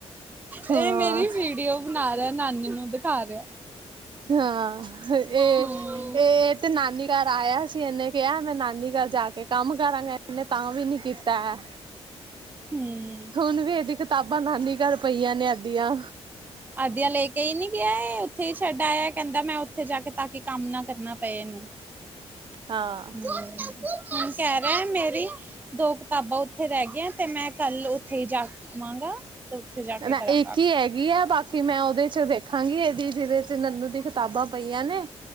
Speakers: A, on the right; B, on the right.
A: ਹਾਂ
B: ਇਹ ਮੇਰੀ ਵੀਡੀਓ ਬਣਾ ਰਿਹਾ ਨ। ਨੂੰ। ਦਿਖਾ ਰਿਹਾ
A: ਹਾਂ ਇਹ
B: ਹਮ
A: ਇਹ ਤੇ ਨਾ। ਨਾਨੀ ਘਰ ਆਇਆ ਸੀ ਇਹਨੇ ਕਿਹਾ ਮੈਂ ਨਾਨੀ ਘਰ ਜਾ ਕੇ ਕੰਮ ਕਰਾਂਗਾ ਇਨੇ ਤਾਂ ਵੀ ਨੀ ਕੀਤਾ ਹੈ
B: ਹਮ
A: ਹੁਣ ਵੀ ਇਹਦੀ। ਕਿਤਾਬਾਂ ਨਾਨੀ ਘਰ ਪਈਆਂ ਨੇ ਅੱਧੀਆਂ।
B: ਆਦਿਆ ਲੈ ਕੇ ਹੀ ਨੀ ਗਿਆ ਏ ਉੱਥੇ ਹੀ ਛੱਡ ਆਇਆ ਕਹਿੰਦਾ ਮੈਂ ਉੱਥੇ ਜਾ ਕੇ ਤਾਂ ਕਿ ਕੰਮ ਨਾ ਕਰਨਾ ਪਏ ਇਹਨੂੰ।
A: ਹਾਂ
B: ਹਮ ਹੁਣ ਕਹਿ ਰਿਹਾ ਮੇਰੀ। ਦੋ ਕਿਤਾਬਾਂ ਉੱਥੇ ਰਹਿ ਗਈਆਂ ਤੇ ਮੈਂ ਕੱਲ ਉੱਥੇ ਹੀ ਜਾਵਾਂਗਾ ਤੇ ਉੱਥੇ ਜਾ ਕੇ
A: ਮੈਂ
B: ਕਰਾਂ।
A: ਇੱਕ ਹੀ ਹੈਗੀ ਆ ਬਾਕੀ ਮੈਂ ਉਹਦੇ ਚ ਦੇਖਾਂਗੀ। ਦੀ ਜਿਹਦੇ ਚ ਨੰਨੂ ਦੀ ਕਿਤਾਬਾਂ ਪਈਆਂ ਨੇ